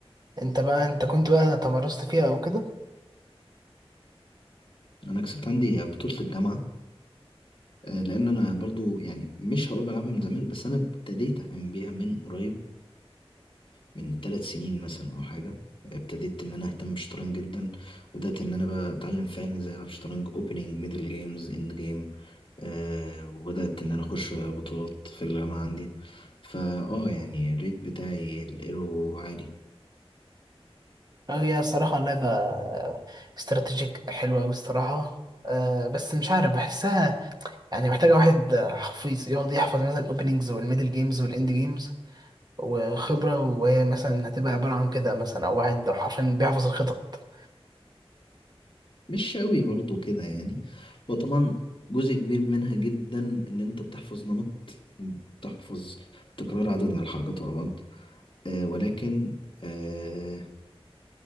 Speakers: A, on the right; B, on the left.
A: انت بقى انت كنت بقى تمرست فيها او كده
B: أنا كسبت عندي بطولة الجامعة آه لأن أنا برضو يعني مش هقول بلعبها من زمان بس أنا ابتديت أهتم بيها من قريب من ثلاث سنين مثلا او حاجه ابتديت ان انا اهتم بالشطرنج جدا وبدات ان انا بقى اتعلم فعلا ازاي العب شطرنج اوبننج ميدل جيمز اند جيم آه وبدات ان انا اخش بطولات في الجامعه عندي فا اه يعني الريت بتاعي الايرو عالي
A: هي الصراحه لعبه استراتيجيك حلوه قوي الصراحه أه بس مش عارف بحسها يعني محتاجه واحد حفيظ يقعد يحفظ مثلا الاوبننجز والميدل جيمز والاند جيمز وخبرة وهي مثلا هتبقى عبارة عن كده مثلا أو واحد حرفيا بيحفظ الخطط
B: مش قوي برضو كده يعني وطبعا جزء كبير منها جدا ان انت بتحفظ نمط بتحفظ تكرار عدد من الحركات ورا بعض آه ولكن آه،